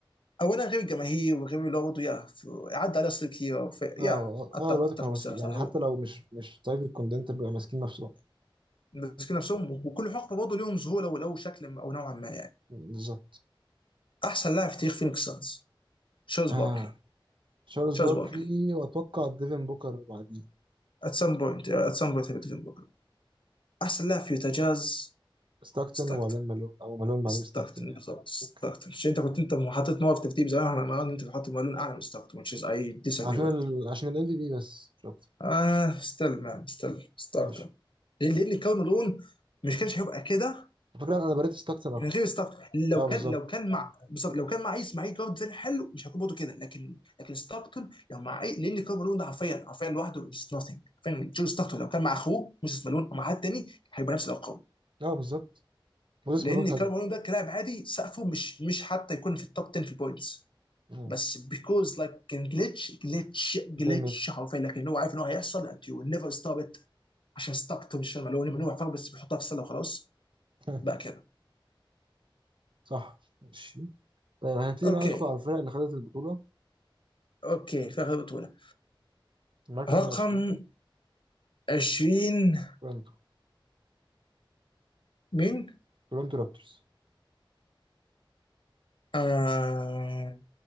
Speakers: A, on the left (about 60°); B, on the right (about 65°).
A: اولا غير الجماهير وغير اللي هو برضه يا ف- عدى عليه اساطير كتير ف- يا
B: اه
A: اتفق
B: اغلب الوقت
A: اتفق
B: كانوا
A: بس
B: ماسكين
A: بس
B: يعني
A: هو
B: حتى لو مش مش تايب الكوندنتر بيبقى ماسكين نفسهم
A: ماسكين نفسهم وكل حقبه برضه ليهم ظهور او لو شكل او نوعا ما يعني
B: بالظبط
A: احسن لاعب في تاريخ فينيكس سانز تشارلز
B: آه.
A: باركلي
B: تشارلز
A: تشارلز
B: باركلي
A: باركلي
B: واتوقع ديفن بوكر بعديه
A: ات سام بوينت ات سام بوينت باركلي احسن لاعب في يوتا جاز
B: ستاكتن
A: ستاكتون
B: وبعدين مالون او مالون بعدين
A: ستاكتون
B: ستاكتن يعني
A: بالضبط ستاكتون
B: اوكي
A: عشان انت كنت انت حاطط موقف ترتيب زمان انا ما انت حاطط مالون اعلى من ستاكتون which is I disagree
B: عشان ال...
A: with
B: عشان الام في بي بس مش اكتر
A: اه ستيل مان ستيل ستاكتون
B: ماشي
A: لان كونه لون مش كانش هيبقى كده
B: على فكره انا بريت ستاكتن اكتر
A: من غير ستارك لو
B: اه بالظبط
A: كان لو كان مع بالظبط لو كان مع اسماعيل جارد تاني حلو مش هيكون برضه كده لكن لكن ستاركتون لو مع أي- لان كارل مالون ده حرفيا حرفيا لوحده از نوثينج فعلا جو ستاركتون لو كان مع اخوه موسيس مالون او مع حد تاني هيبقى نفس الارقام
B: اه بالظبط وزيس
A: لان
B: مالون حلو
A: كارل
B: برضه.
A: مالون ده كلاعب عادي سقفه مش مش حتى يكون في التوب 10 في البوينتس
B: اه
A: بس بيكوز لايك كان جلitch جلitch جلitش
B: دايما
A: حرفيا لكن هو عارف ان هو هيحصل and you will never stop it عشان ستاركتون مش مالون مالون عارفها بس بيحطها في السله وخلاص
B: <laughs>
A: بقى كده
B: صح ماشي طيب هنبتدي
A: اوكي
B: بقى ندخل على الفرق اللي خدت البطوله
A: اوكي فاخر بطوله
B: المركز
A: رقم
B: العشرين
A: 20
B: تورنتو
A: مين؟
B: تورنتو رابترز
A: آه...